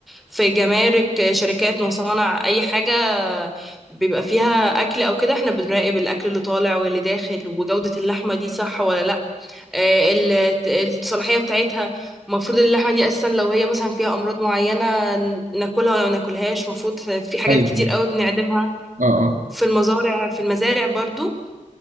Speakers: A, in the centre; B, on the right.
A: في جمارك شركات مصانع اي حاجه بيبقى فيها اكل او كده احنا بنراقب الاكل اللي طالع واللي داخل وجوده اللحمه دي صح ولا لا آه، ال- الصلاحية بتاعتها المفروض اللحمة دي أساسا لو هي مثلا فيها أمراض معينة ن- ناكلها ولا ما ناكلهاش المفروض في حاجات
B: ايوه
A: كتير قوي بنعدمها
B: اه اه
A: في المزارع في المزارع برضو